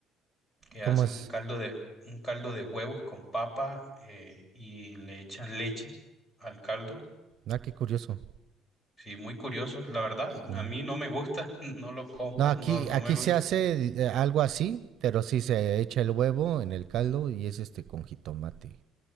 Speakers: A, on the left; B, on the right.
A: que hacen
B: ¿Cómo es?
A: un caldo de, un caldo de huevos con papa eh, y le echan leche al caldo.
B: Ah, qué curioso.
A: Sí, muy curioso. La verdad,
B: Sí.
A: a mí no me gusta, <laughs> no lo como,
B: No, aquí,
A: no, no
B: aquí
A: me gusta.
B: se hace eh, algo así, pero sí se echa el huevo en el caldo y es este con jitomate.